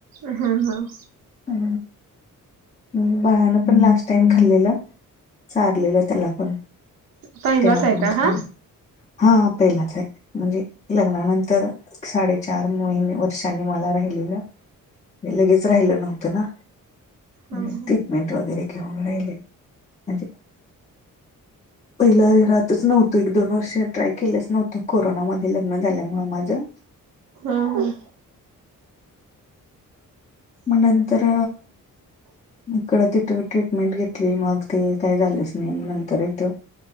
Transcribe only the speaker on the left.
अं हं बाळानं पण लास्ट टाइम खाल्लं. लेलं चारलेलं त्यालापण
तेनं
पण
खाल्लेलं.
हा पहिलाच आहे, म्हणजे लग्नानंतर साडेचार मोहिने वर्षांनी मला राहिलेलं. ते लगेच राहिल नव्हतं ना.
ट्रीटमेंट
वगैरे घेऊन राहिलेत. म्हणजे पहिलं हे राहतच नव्हतं, एक दोन वर्ष ट्राय केलंच नव्हतं कोरोनामध्ये लग्न झाल्यामुळं माझं.
मग नंतर इकडं तिथं ट्रीटमेंट घेतली, मग ते काही झालंच नाही. नंतर इथं